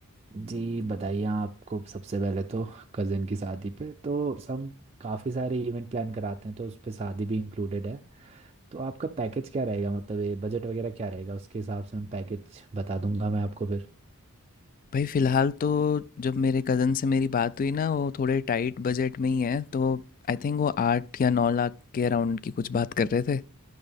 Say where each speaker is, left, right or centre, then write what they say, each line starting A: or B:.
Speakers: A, on the right; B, on the left.
A: जी बताइए आपको सबसे पहले तो कज़न की शादी पे तो हम काफ़ी सारे इवेंट प्लान कराते हैं तो उस पे शादी भी इंक्लूडेड है तो आपका पैकेज क्या रहेगा मतलब ये बजट वगैरह क्या रहेगा उसके हिसाब से हम पैकेज बता दूंगा मैं आपको फिर
B: भाई फ़िलहाल तो जब मेरे कज़न से मेरी बात हुई ना वो थोड़े टाइट बजट में ही है तो आई थिंक वो आठ या नौ लाख के अराउंड की कुछ बात कर रहे थे